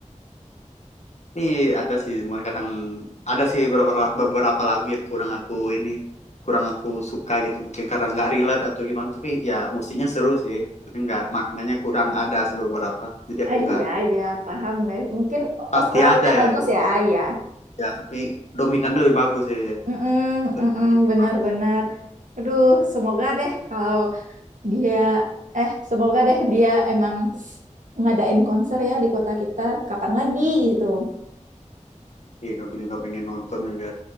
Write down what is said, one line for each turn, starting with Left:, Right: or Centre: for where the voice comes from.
Left: Nih ada sih, cuma kadang ada sih beberapa beberapa lagu yang kurang aku ini, kurang aku suka gitu. Mungkin karena nggak relate atau gimana, tapi ya musiknya seru sih. Tapi nggak maknanya kurang ada sih beberapa. Jadi
Right: Ah,
Left: aku
Right: iya,
Left: nggak
Right: iya, paham. deh. Mungkin
Left: pasti
Right: overallnya
Left: ada
Right: bagus
Left: ya.
Right: ya, ah, iya.
Left: Ya, tapi dominannya lebih bagus sih ya.
Right: Mm-mm,
Left: Lebih
Right: mm-mm,
Left: banyak yang
Right: benar-benar.
Left: bagus.
Right: Aduh, semoga deh kalau dia eh semoga deh dia emang ngadain konser ya di kota kita kapan lagi gitu.
Left: Iya, aku juga pengen nonton juga.